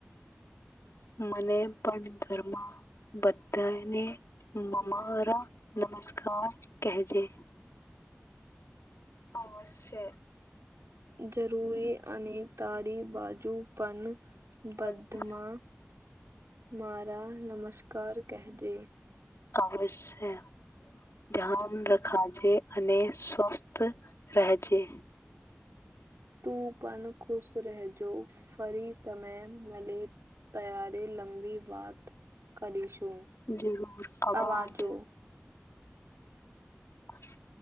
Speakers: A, on the left; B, on the right.
A: મને પણ ઘરમાં બધાને
B: એમાં
A: મમારા,
B: બધાને
A: નમસ્કાર કહેજે. અવશ્ય,
B: જરૂરી અને તારી બાજુ પણ બધમાં,
A: બધા
B: મારા નમસ્કાર કહજે,
A: અવશ્ય ધ્યાન રખાવજે, અને સ્વસ્થ રહેજે.
B: તું પણ ખુશ રહ જો ફરી સમય મળે, તાયારી લંબી વાત કરીશું
A: જરૂર આવાજ
B: અવાજો.
A: હ,